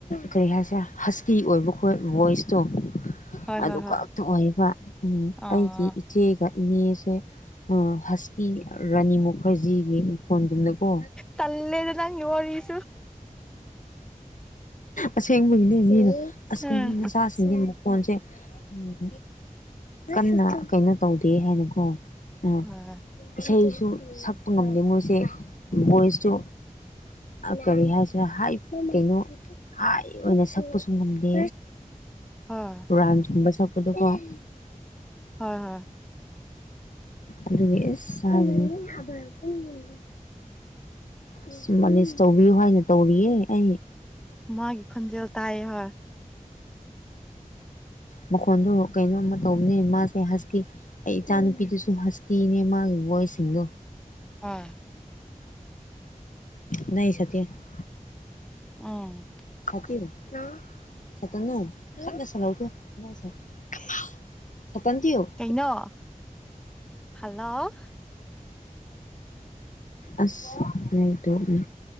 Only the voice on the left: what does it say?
ꯀꯔꯤ ꯍꯥꯏꯁꯤꯔꯥ ꯍꯁꯀꯤ ꯑꯣꯏꯕ ꯈꯣꯏ ꯚꯣꯏꯁꯇꯣ
ꯑꯗꯨ
ꯈꯛꯇ ꯑꯣꯏꯕ ꯎꯝ
ꯑꯩꯗꯤ ꯏꯆꯦꯒ ꯏꯅꯦꯁꯦ ꯑꯥ ꯍꯁꯀꯤ ꯔꯥꯅꯤ ꯃꯨꯈꯔꯖꯤꯒꯤ ꯐꯣꯟ ꯒꯨꯝꯅꯀꯣ
ꯑꯁꯦꯡꯕꯩꯅꯦ ꯃꯤꯅ ꯑꯁ
ꯀꯩꯅꯣ ꯅꯆꯥꯁꯤꯡꯗꯤ ꯃꯈꯣꯟꯁꯦ ꯎꯝ ꯀꯟꯅ ꯀꯩꯅꯣ ꯇꯧꯗꯦ ꯍꯥꯏꯅꯀꯣ ꯎꯝ
ꯏꯁꯩꯁꯨ ꯁꯛꯄ ꯉꯝꯗꯦ ꯃꯣꯏꯁꯦ ꯚꯣꯏꯁꯁꯨ ꯀꯔꯤ ꯍꯥꯏꯁꯤꯔ ꯍꯥꯏ ꯀꯩꯅꯣ ꯍꯥꯏ ꯑꯣꯏꯅ ꯁꯛꯄꯁꯨ ꯉꯝꯗꯦ
ꯔꯥꯏꯝꯁꯀꯨꯝꯕ ꯁꯛꯄꯗꯀꯣ <inaudible>
ꯑꯗꯨꯨꯅꯦ ꯏꯁ <unintelligible> ꯑꯁ ꯃꯥꯂꯤꯁ ꯇꯧꯕꯤꯌꯨ ꯍꯥꯏꯅ ꯇꯧꯔꯤꯌꯦ ꯑꯩ
ꯃꯈꯣꯟꯗꯣ ꯀꯩꯅꯣꯝꯃ ꯇꯧꯕꯅꯦ ꯃꯥꯁꯦ ꯍꯁꯀꯤ ꯑꯩ ꯏꯆꯥ ꯅꯨꯨꯄꯤꯗꯨꯁꯨ ꯍꯁꯀꯤꯅꯦ ꯃꯥꯒꯤ ꯚꯣꯏꯁꯁꯤꯡꯗꯣ
<unintelligible>
<unintelligible> <unintelligible>
ꯑꯁ ꯂꯩꯇꯨꯅꯤ